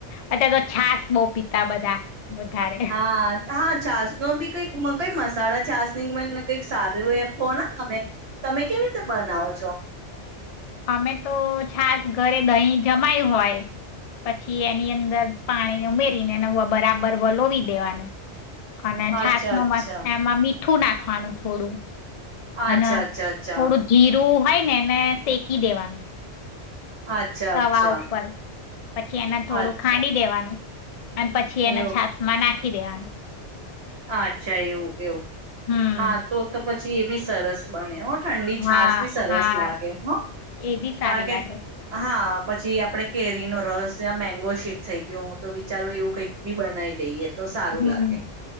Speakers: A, on the left (about 65°); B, on the right (about 60°).
A: અત્યારે તો છાસ બો પીતા બધા વધારે
B: હા હા છાસ નો બી કઈક કઈ મસાલા છાસનીને કઈક સારું એ ને તમે તમે કેવી રીતે બનાવો છો
A: અમે તો છાસ ઘરે દહીં જમાયું હોય પછી એની અંદર પાણીને ઉમેરીને એને બરાબર વલોવી દેવાનું અને
B: અચ્છા
A: છાસ નો
B: અચ્છા
A: મત એમાં મીઠ મીઠુ નાખવાનું થોડું
B: અચ્છા
A: હના
B: અચ્છા
A: થોડું જીરું હોય ને એ ને સે કી દેવાનું
B: અચ્છા
A: તવા
B: અચ્છા
A: ઉપર પછી એને થોડું
B: અચ્છા
A: ખાંડી દેવાનું અને પછી
B: એવું
A: એને છાાસ માં ના ખીદન
B: અચ્છા એવું એવું
A: હમ
B: હા તો તો પછી બી સરસ બને ઠંડી
A: હા
B: છાસ બી સરસ
A: હા
B: લાગે હો
A: એ બી સારી
B: કારણ કે
A: લાગે
B: હા પછી આપડે કેરી નો રસ મેંગો શેક થઈ ગયો હું તો વિચારું એવું કંઈક બી બનાવી લઈએ તો સારું
A: હમ
B: લાગે